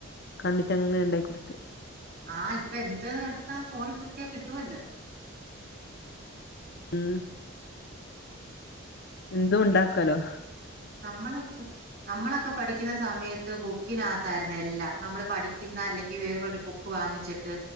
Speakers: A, on the left; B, on the right.
A: കണ്ടിട്ട് അങ്ങനെ ണ്ടാക്കി കൊടുത്ത്
B: ആഹ് ഇപ്പൊ എന്ത് എടുത്താ ഫോണിൽ കുത്തിയാ കിട്ടുവല്ലോ
A: ഉം എന്തും ഉണ്ടാക്കാലോ
B: നമ്മളൊക്കെ നമ്മളക്കെ പഠിക്കുന്ന സമയത്ത് ബുക്കിനാത്താരുന്നു എല്ലാം നമ്മള് പഠിക്കുന്ന അല്ലെങ്കി വേറൊരു ബുക്ക് ബുക്ക് വാങ്ങിച്ചിട്ട്